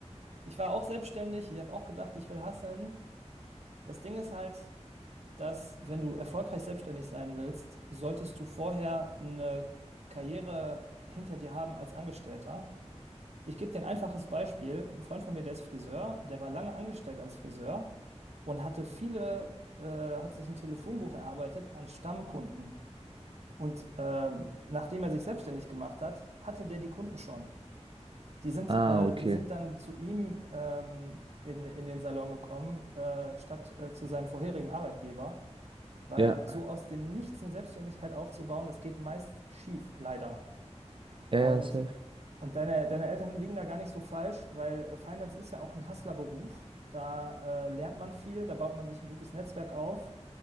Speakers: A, on the right; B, on the right.
A: Ich war auch selbstständig, ich habe auch gedacht, ich will hustlen. Das Ding ist halt, dass wenn du erfolgreich selbstständig sein willst, solltest du vorher eine Karriere hinter dir haben als Angestellter. Ich gebe dir ein einfaches Beispiel. Ein Freund von mir, der ist Friseur, der war lange angestellt als Friseur und hatte viele, äh, hat sich ein Telefonbuch erarbeitet an Stammkunden. Und ähm, nachdem er sich selbstständig gemacht hat, hatte der die Kunden schon. Die sind,
B: Ah,
A: äh,
B: okay.
A: die sind dann zu ihm ähm, in, in den Salon gekommen, äh, statt äh, zu seinem vorherigen Arbeitgeber, weil
B: Ja,
A: so aus dem Nichts eine Selbstständigkeit aufzubauen, das geht meist schief, leider.
B: ja,
A: Und,
B: ja, safe.
A: und deine, deine Eltern liegen da gar nicht so falsch, weil äh, Finance ist ja auch ein Hustlerberuf. Da äh, lernt man viel, da baut man sich ein gutes Netzwerk auf.